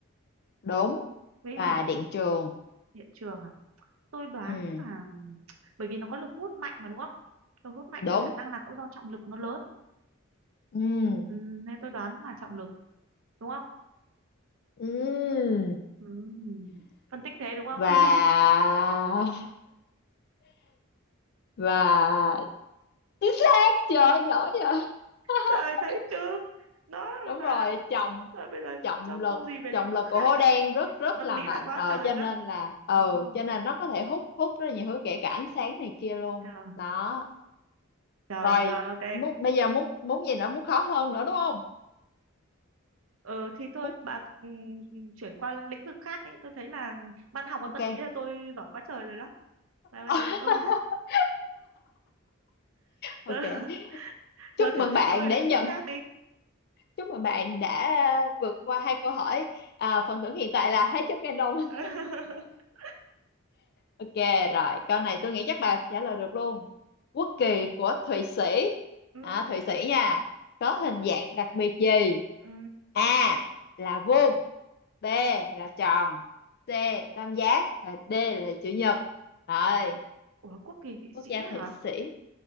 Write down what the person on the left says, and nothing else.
đúng
và
điện trường
ừ
đúng
ừ
ừ
và
và chính xác chưa giỏi rồi <laughs>
đúng
rồi trọng
trọng
lực
trọng
lực
của hố
đen rất rất
là
mạnh
ờ,
cho
nên
là ừ
cho nên
nó có thể hút hút rất là nhiều thứ kể cả ánh sáng này kia luôn
đó
rồi
muốn bây giờ muốn muốn gì nữa muốn khó hơn nữa đúng không
muốn
ok
<laughs>
ok
chúc
mừng
bạn
đã
nhận
Chúc mừng bạn đã vượt qua hai câu hỏi. À, phần thưởng hiện tại là hai trăm ngàn đồng. <laughs>
Ok, rồi. Câu này tôi nghĩ chắc bà trả lời được luôn. Quốc kỳ của Thụy Sĩ.
À, Thụy Sĩ nha. Có hình dạng đặc biệt gì?
A là vuông, B là tròn, C tam giác và D là chữ nhật. Rồi,
quốc
gia Thụy
Sĩ.